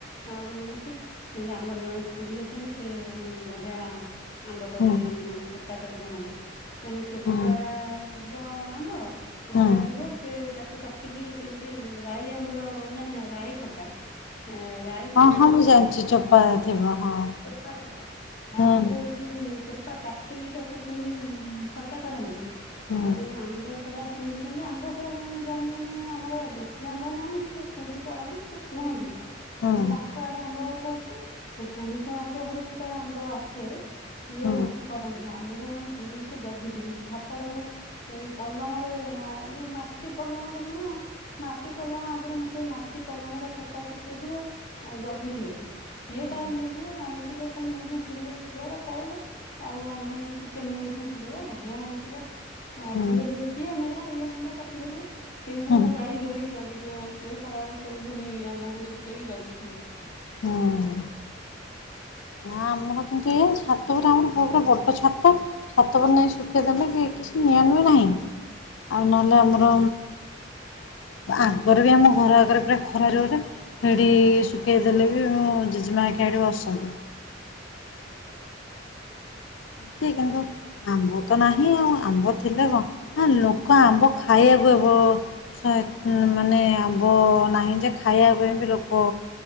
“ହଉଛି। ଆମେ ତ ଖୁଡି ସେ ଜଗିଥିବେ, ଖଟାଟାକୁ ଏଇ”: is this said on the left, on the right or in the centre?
Left